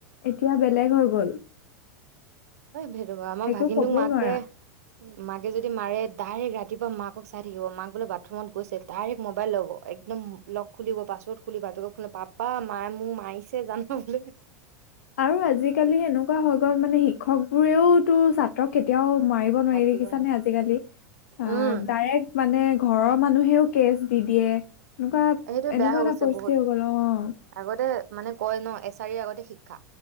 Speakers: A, on the left (about 65°); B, on the right (about 60°).
A: এতিয়া বেলেগ
B: হয় হয়,
A: হৈ গ'ল,
B: সেটো বাৰু আমাৰ
A: একো
B: ভাগিনটোক
A: ক'বও
B: মাকে
A: নোৱাৰা।
B: মাকে যদি মাৰে ডাইৰেক্ট ৰাতিপুৱা মাকক চাই থাকিব মাক বোলে বাথ থৰুমত গৈছে, ডাইৰেক্ট মোবাইল ল'ব একদম লগ খুলিব, পাছৱৰ্ড খুলি বাপেকক ফোনত পাপা মায়ে মোক মা মাৰিছে জান বুলি
A: আৰু আজিকালি এনেকুৱা হৈ গ'ল মানে শিক্ষকবোৰেও টো ছাত্ৰক কেতিয়াও মাৰিব নোৱাৰি
B: হাত
A: দেখিছানে
B: দিব নাই
A: আজিকালি অ
B: উম
A: ডাইৰেক্ট মানে ঘৰৰ মানুহেও কেচ দি দিয়ে। এনেকুৱা
B: সেইটো
A: এনেকুৱা
B: বেয়া হৈ
A: এটা
B: গৈছে
A: পৰিস্থিতি
B: বহুত,
A: হৈ গ'ল অ',
B: আগতে মানে কয় ন এছ ছাৰিৰ আগতহে শিক্ষা।